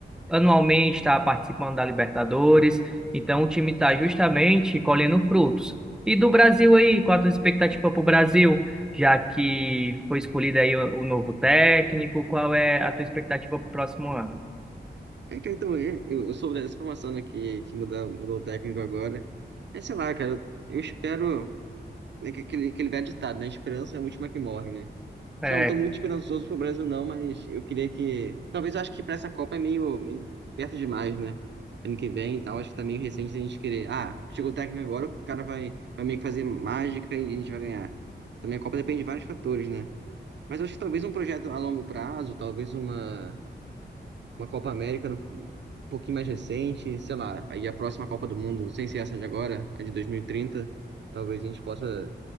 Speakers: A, in the centre; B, on the right.
A: anualmente está participando da Libertadores, então o time está justamente colhendo frutos. E do Brasil aí, qual a tua expectativa para o Brasil, já que foi escolhido aí o, o novo técnico, qual é a tua expectativa para o próximo ano?
B: É, cara, então, é, eu, eu soube dessa informação, né, que, que mudou, mudou o técnico agora. É, sei lá, cara, eu espero. É que Aquele, aquele velho ditado, né? Esperança é a última que morre, né?
A: É,
B: Já não tô muito esperançoso pro Brasil, não, mas eu queria que. Talvez eu acho que pra essa Copa é meio, meio perto demais, né? Ano que vem e tal, acho que tá meio recente a gente querer. Ah, chegou o técnico agora, o cara vai, vai meio que fazer mágica e a gente vai ganhar. Também a Copa depende de vários fatores, né? Mas eu acho que talvez um projeto a longo prazo, talvez uma uma Copa América no- um pouquinho mais recente, sei lá, aí a próxima Copa do Mundo, sem ser essa de agora, a de 2030, talvez a gente possa,